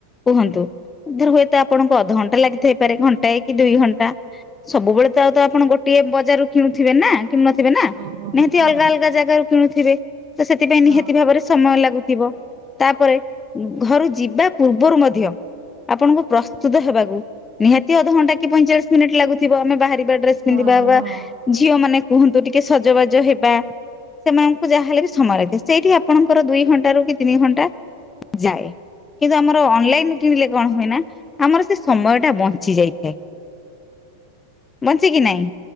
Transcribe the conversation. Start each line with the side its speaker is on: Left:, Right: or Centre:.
Left: କୁହନ୍ତୁ। ଧର ହୁଏତ ଆ ଆପଣଙ୍କୁ ଅଧଘଣ୍ଟା ଲାଗିଥପାରେ। ଘଣ୍ଟାଏ କି ଦୁଇ ଘଣ୍ଟା ସବୁବେଳେ ତ ଆଉ ତ ଆପଣ ଗୋଟିଏ ବଜାରରୁ କିଣୁଥିବେ ନା। କିଣୁ ନଥିବେ ନା
Right: ହଁ
Left: ନିହାତି
Right: ହଁ ହଁ
Left: ଅଲଗା ଅଲଗା ଜାଗାରୁ ଶୁଣୁଥିବେ। ତ ସେଥିପାଇଁ
Right: ହଁ
Left: ନିହାତି ଭାବରେ ସମୟ ଲାଗୁଥିବ। ତାପରେ ଘରୁ ଯିବା ପୂ ର୍ବୁରୁ ମଧ୍ୟ ଆପଣଙ୍କୁ ପ୍ରସ୍ତୁତ ହେବାକୁ ନିହାତି ଅଧଘଣ୍ଟେ କିଇଁ ପାଇଚାଳିଶି ମିନିଟ ଲାଗୁଥି। ଆମେ ବାହାରିବା ଡ୍ରେସ ପିନ୍ଧିବା
Right: ହଁ
Left: ବା ଝିଅ ମାନେ କୁହନ୍ତୁ ଟିକେ ସଜବାଜ ହେବା ସେମାନଙ୍କୁ ଯାହାହେଲେ ବି ସେ ସମୟ ଲେ ସେଇଠି ଆପଣଙ୍କର ଦୁଇ ଘଣ୍ଟାରୁ କି ତିନି ଘଣ୍ଟା ଯାଏ। କିନ୍ତୁ ଆମର ଅନଲାଇନ କିଣିଲେ କଣ ହୁଏ ନା ଆମର ସେ ସମୟ ଟା ବଞ୍ଚି ଯାଇଥାଏ। ବଞ୍ଚେ କିି ନାଇଁ।